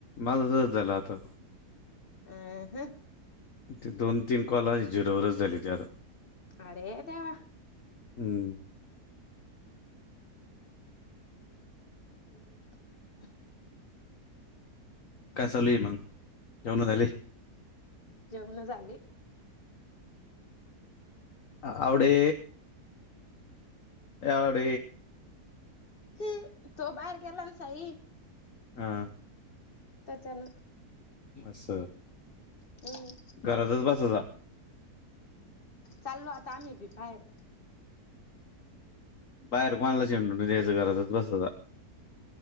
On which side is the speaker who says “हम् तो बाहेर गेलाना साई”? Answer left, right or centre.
Left